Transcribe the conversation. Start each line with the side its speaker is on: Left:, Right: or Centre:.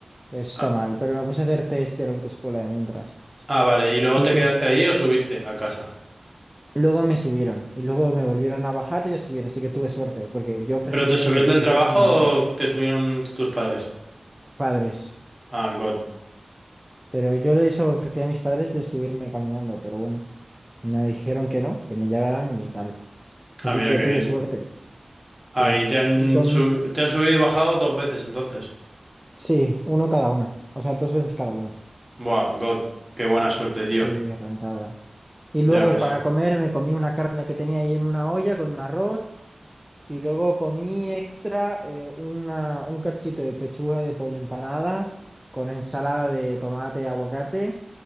Centre: Esto
Right: Ah,
Centre: mal, pero me puse a hacer test de la autoescuela de mientras.
Right: ah, vale. ¿Y luego
Centre: Y
Right: te
Centre: pues
Right: quedaste ahí o subiste a casa?
Centre: Luego me subieron y luego me volvieron a bajar y a subir, así que tuve suerte, porque yo ofrecí
Right: ¿Pero te
Centre: de
Right: subió el
Centre: ir
Right: del trabajo
Centre: yo caminando,
Right: o te subieron tus padres?
Centre: padres,
Right: Ah, God.
Centre: pero yo les ofrecí a mis padres de subirme caminando, pero bueno, me dijeron que no, que me llevaban y tal. Así
Right: Ah, mira
Centre: que
Right: qué
Centre: tuve
Right: bien.
Centre: suerte, sí.
Right: Ah, y te han,
Centre: Y con,
Right: sub- te han subido y bajado dos veces entonces.
Centre: sí, uno cada una, o sea, dos veces cada uno,
Right: Buah, God. Qué buena suerte, tío.
Centre: sí, rentada. Y luego
Right: Ya ves.
Centre: para comer me comí una carne que tenía ahí en una olla con un arroz Y luego comí extra eh, una, un cachito de pechuga de pollo empanada con ensalada de tomate, aguacate